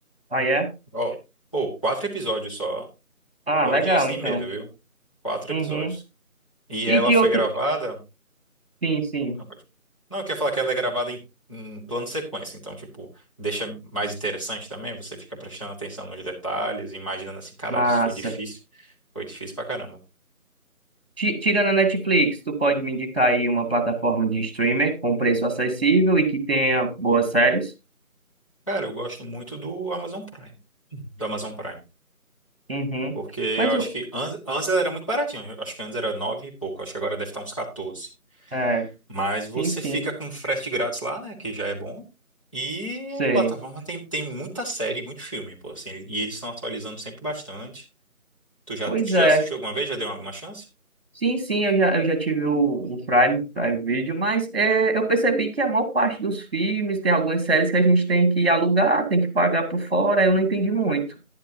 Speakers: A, on the right; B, on the left.
A: Aí é?
B: Ó, pô, quatro episódios só.
A: Ah,
B: Pode
A: legal,
B: ir sem
A: então.
B: medo, viu? Quatro
A: Uhum.
B: episódios. E
A: E
B: ela
A: de
B: foi
A: outro...
B: gravada.
A: Sim, sim.
B: Não, pode. Não, eu queria falar que ela é gravada em, em plano sequência. Então, tipo, deixa mais interessante também. Você fica prestando atenção nos detalhes, imaginando assim, caralho,
A: Massa.
B: isso foi difícil. Foi difícil pra caramba.
A: Ti- Tirando a Netflix, tu pode me indicar aí uma plataforma de streamer com preço acessível e que tenha boas séries?
B: Cara, eu gosto muito do Amazon Prime. Do Amazon Prime.
A: Uhum.
B: Porque eu
A: Mas o.
B: acho que antes, antes ela era muito baratinho. Eu acho que antes era nove e pouco. Eu Acho que agora deve estar uns 14.
A: É,
B: Mas você
A: sim, sim.
B: fica com frete grátis lá, né? Que já é bom. E
A: Sei.
B: a plataforma tem, tem muita série, muito filme, pô, assim, e eles estão atualizando sempre bastante. Tu já,
A: Pois
B: tu já
A: é.
B: assistiu alguma vez? Já deu alguma chance?
A: Sim, sim, eu já, eu já tive o, o Prime, Prime Video, mas é, eu percebi que a maior parte dos filmes tem algumas séries que a gente tem que alugar, tem que pagar por fora, eu não entendi muito.